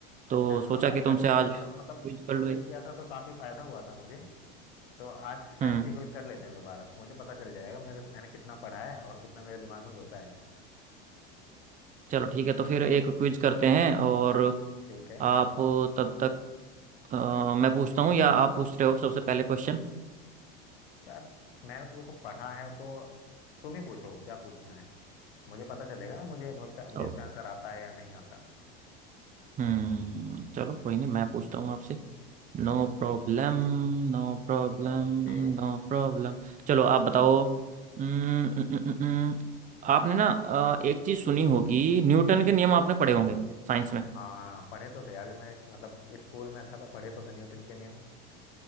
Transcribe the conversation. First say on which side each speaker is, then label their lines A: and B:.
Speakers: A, on the right (about 25°); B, on the left (about 85°).
A: तो
B: अच्छा
A: सोचा
B: हाँ यार
A: कि तुमसे
B: कर लेते
A: आज
B: हैं
A: क्विज
B: थोड़ा सा मतलब
A: कर
B: उस
A: लूँ
B: दिन
A: एक।
B: किया था तो काफी फायदा हुआ था मुझे तो आज साइंस
A: हम्म
B: की क्विज कर लेते हैं दोबारा मुझे पता चल जाएगा मेरे मैंने कितना पढ़ा है और कितना मेरे दिमाग में घुसा है
A: चलो ठीक है तो फिर एक क्विज करते हैं और
B: ठीक है
A: आप तब तक अ, मैं पूछता हूँ या आप पूछ रहे हो सबसे पहले क्वेश्चन
B: यार मैंने तो देखो पढ़ा है तो तुम ही पूछो क्या पूछना है मुझे पता चलेगा ना मुझे मुझका मुझे
A: ओ
B: इसका आंसर आता है या नहीं आता
A: हम्म चलो कोई नहीं मैं पूछता हूँ आपसे No
B: ठीक
A: problem
B: है
A: No problem
B: ओके
A: No problem चलो आप बताओ उम्म, उम्म, उम्म, उम्म,
B: हम्म।
A: आपने ना अ, एक चीज सुनी होगी न्यूटन के नियम आपने पढ़े होंगे साइंस में
B: हाँ पढ़े तो थे यार जब मैं मतलब स्कूल में था तो पढ़े तो थे न्यूटन के नियम